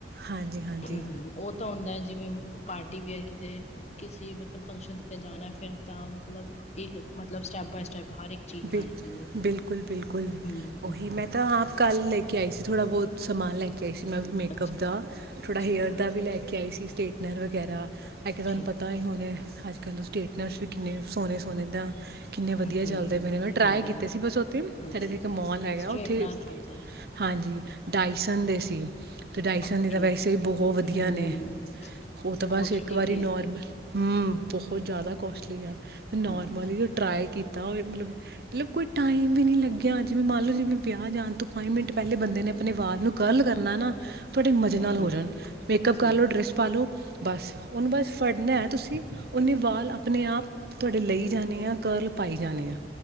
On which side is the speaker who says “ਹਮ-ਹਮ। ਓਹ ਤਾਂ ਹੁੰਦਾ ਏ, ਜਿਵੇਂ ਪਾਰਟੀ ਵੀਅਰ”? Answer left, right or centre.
Left